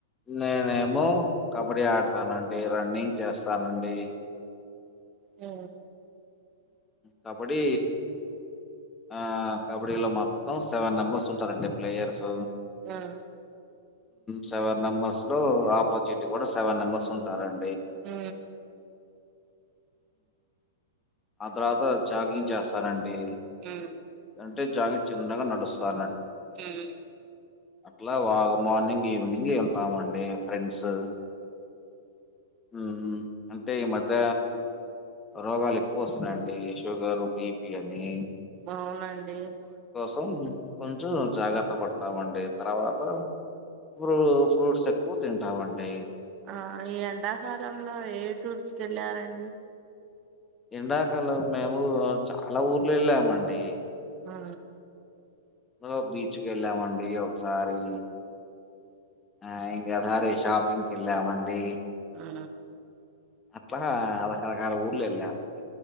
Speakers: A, on the left; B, on the right.
A: నేనేమో కబడ్డీ ఆడతానండి రన్నింగ్ చేస్తానండి
B: అ
A: కబడ్డీ ఆ కబడ్డీ లో మొత్తం సెవెన్ మెంబెర్స్ ఉంటారండి ప్లేయర్స్
B: ఆ
A: సెవెన్ మెంబర్స్ లో ఆపోజిట్ కూడా సెవెన్ నెంబర్స్ ఉంటారం
B: ఊ
A: ఆ తర్వాత జాగింగ్ చేస్తనండి
B: ఆ
A: అంటే జాగ చిన్నగా నడుస్తా
B: మ్
A: అట్లా వా మార్నింగ్ ఈవినింగ్ వెళ్తామండి ఫ్రెండ్స్ మ్ మ్ అంటే ఈ మధ్య రోగాలేక్కువస్తున్నాయండి షుగరు బీపి అని
B: అవునండి
A: త్తం కొంచెం జాగ్రత్త పడుతామండి తర్వాత ఫ్రూ ఫ్రూట్స్ ఎక్కువ తింటామండి
B: ఆ ఈ ఎండాకాలంలో ఏ టూర్స్ కేళ్ళారండి
A: ఎండాకలం మేము చాలా ఊర్లు వెళ్ళామండి
B: ఆ
A: వా బీచ్కి వెళ్ళామండి ఒకసారిీ ఆ ఇంగా సరి షాపిింగ్ కేల్ల మండి
B: ఆ
A: అట్లా రకరకాల ఊర్లు వెళ్ళామ్